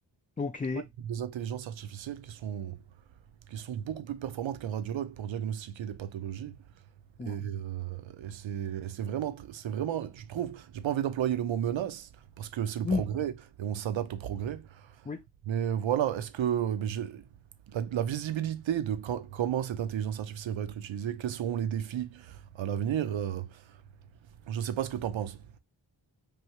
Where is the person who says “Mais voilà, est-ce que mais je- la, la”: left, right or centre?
Right